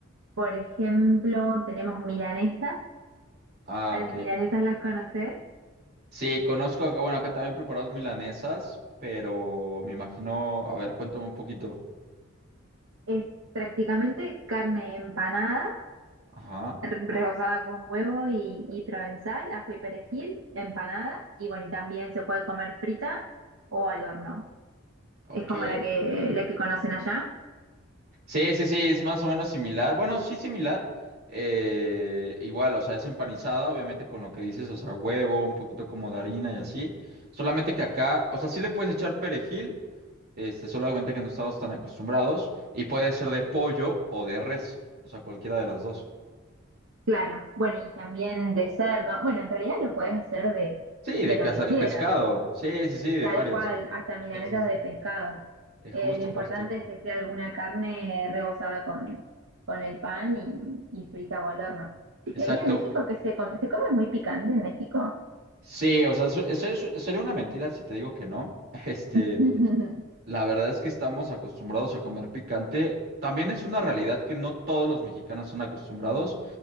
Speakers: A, on the right (about 70°); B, on the right (about 50°).
A: por ejemplo, tenemos milanesa
B: Ah,
A: A
B: ok.
A: las milanesas las conoces.
B: Sí, conozco acá, bueno, acá también preparados milanesas, pero me imagino, a ver, cuéntame un poquito.
A: Es prácticamente carne empanada,
B: Ajá,
A: re- rebozada con huevo y, y provenzal, ajo y perejil, empanada. Y bueno, y también se puede comer frita o al horno.
B: ok.
A: Es como la que, la que conocen allá.
B: Sí, sí, sí, es más o menos similar. Bueno, sí, similar. Eh, igual, o sea, es empanizada, obviamente con lo que dices, o sea, huevo, un poquito como de harina y así. Solamente que acá, o sea, sí le puedes echar perejil, este, solamente que no estamos tan acostumbrados, y puede ser de pollo o de res, o sea, cualquiera de las dos.
A: Claro. Bueno, y también de cerdo. Bueno, en realidad lo puedes hacer de,
B: Sí, de
A: de lo
B: casa
A: que
B: de
A: quieras.
B: pescado. Sí, sí, sí, de
A: Tal
B: varios.
A: cual, hasta milanesas
B: Sí, sí, sí.
A: de pescado.
B: Eh, justo,
A: Eh, lo importante
B: justo.
A: es que sea alguna carne rebozada con, con el pan y, y frita o al horno. ¿Y
B: Exacto.
A: ahí en México qué se come? ¿Se come muy picante en México?
B: Sí, o sea, su- eso es- sería una mentira si te digo que no. <laughs> Este,
A: <laughs>
B: La verdad es que estamos acostumbrados a comer picante. También es una realidad que no todos los mexicanos son acostumbrados.